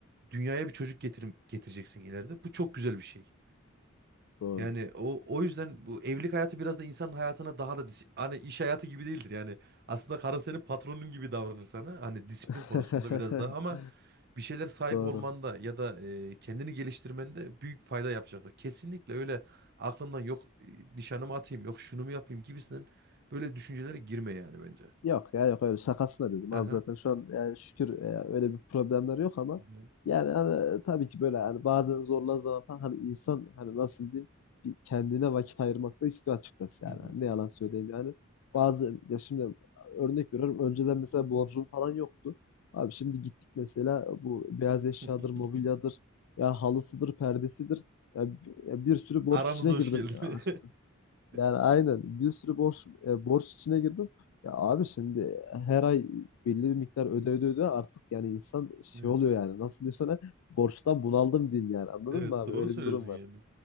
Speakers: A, on the right; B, on the left.
A: dünyaya bir çocuk getirim, getireceksin ileride. Bu çok güzel bir şey.
B: <laughs> Doğru.
A: Yani o o yüzden bu evlilik hayatı biraz da insanın hayatına daha da dis- hani iş hayatı gibi değildir. Yani aslında karın senin patronun gibi davranır sana. Hani disiplin
B: <laughs>
A: konusunda biraz daha ama bir şeyler sahip
B: Doğru.
A: olmanda ya da e, kendini geliştirmende büyük fayda yapacaktır. Kesinlikle öyle aklımdan yok e, nişanımı atayım, yok şunu mu yapayım gibisinden böyle düşüncelere girme yani bence.
B: Yok ya yok öyle şakasına dedim
A: Aha.
B: abi zaten şu an yani şükür e, öyle bir problemler yok ama
A: Hı hı.
B: yani hani, e, tabii ki böyle hani bazen zorlan zaman falan hani insan hani nasıl diyeyim bir kendine vakit ayırmak da istiyor açıkçası
A: Hı
B: yani.
A: hı.
B: Hani Ne yalan söyleyeyim yani. Bazı ya şimdi örnek veriyorum önceden mesela borcum falan yoktu. Abi şimdi gittik mesela bu beyaz
A: <laughs>
B: eşyadır, mobilyadır, ya halısıdır, perdesidir. Ya, bi- ya bir sürü borç
A: Aramıza
B: içine
A: hoş
B: girdim
A: geldin.
B: e, açıkçası. Yani
A: <laughs>
B: aynen bir sürü borç e, borç içine girdim. Ya abi şimdi her ay belli bir miktar öde öde öde artık yani insan şey
A: Evet.
B: oluyor yani nasıl diyeyim sana borçtan bunaldım diyeyim yani anladın
A: Evet
B: mı abi
A: doğru
B: öyle
A: söylüyorsun
B: bir durum
A: yani.
B: var.